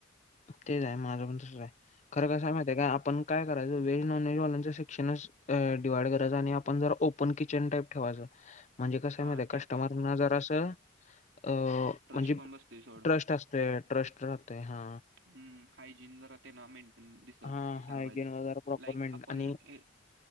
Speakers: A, on the left; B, on the right.
A: तेच आहे माझं पण तसंच आहे. खरं कसं माहितीय का आपण काय करायचं व्हेज-नॉनव्हेज वाल्यांचं सेक्षणच अ डिवाइड करायचं आणि आपण जरा ओपन किचन टाईप ठेवायचं. म्हणजे कसं
B: हा
A: आहे माहित आहे
B: ते
A: कस्टमरना
B: पण
A: जरासं अ
B: ट्रस्ट
A: म्हणजे
B: पण बसतोय सोड.
A: ट्रस्ट असतय ट्रस्ट राहतय हा.
B: हम्म हायजीन जरा तेना मेंटेन दिसत
A: हा
B: दिसायला
A: हायजीन
B: पाहिजे
A: वगैरे प्रॉपर
B: लाईक
A: मेंट
B: आपण
A: आणि
B: हे